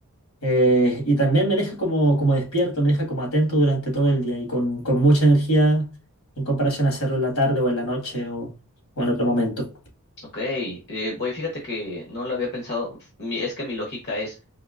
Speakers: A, on the left (about 70°); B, on the left (about 50°).
A: eh, y también me deja como, como despierto, me deja como atento durante todo el día y con, con mucha energía en comparación a hacerlo en la tarde o en la noche o, o en otro momento.
B: Ok, eh, voy, fíjate que no lo había pensado. Mi- es que mi lógica es,